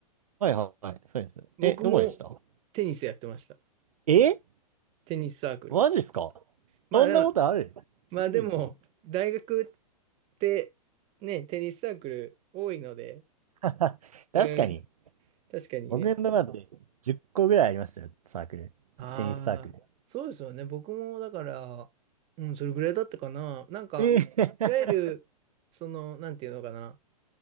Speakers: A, on the right (about 65°); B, on the right (about 30°).
A: はいはいはい。そうです。
B: 僕も
A: え、どこでした
B: テニスやってました。
A: え
B: テニスサークル。
A: マジっすか
B: まあでも、
A: そんなことあるすごいですね。
B: まあでも、大学ってね、テニスサークル多いので、
A: <laughs> 確かに。
B: うん、確かにね。
A: 僕のところだって10個ぐらいありましたよ、サークル。
B: ああ、
A: テニスサークル。
B: そうですよね。僕もだから、うん、それぐらいだったかな。なんか、
A: ええ
B: いわゆる、その、なんていうのかな。